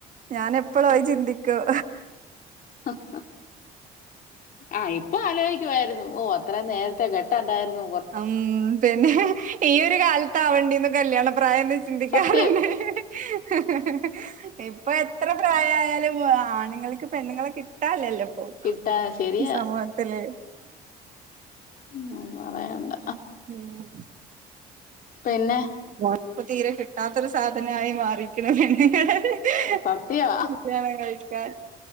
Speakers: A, on the right; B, on the left.
A: ഞാനെപ്പളും അത് ചിന്തിക്കും.
B: <unintelligible> ആഹ് ഇപ്പ ആലോയിക്കുവായിരുന്നു ഓഹ് അത്രേം നേരത്തെ കെ ട്ടണ്ടായിരുന്നു
A: ഹ്മ്മ്, പിന്നെ ഈയൊരു കാലത്താവണ്ടീന്നു കല്യാണ പ്രായന്ന്‌ ചിന്തിക്കാറ്ണ്ട്
B: സത്യം
A: <unintelligible> ഇപ്പ എത്ര പ്രായായാലും ആണ്ങ്ങൾക്ക് പെണ്ണ്ങ്ങളെ കിട്ടാല്ലല്ലോ ഓഹ്
B: കിട്ടാ ശരിയാ
A: ഈ സമൂഹത്തില്
B: ഹ്മ്മ് ഒന്നും പറയണ്ട
A: ഹ്മ്മ്
B: പിന്നെ
A: മോന് ഇപ്പം തീരെ കിട്ടാത്തൊരു സാധനായി മാറീക്ക്‌ണ് പെണ്ണ് <unintelligible>
B: സത്യവാ
A: <unintelligible> കല്യാണം കഴിക്കാൻ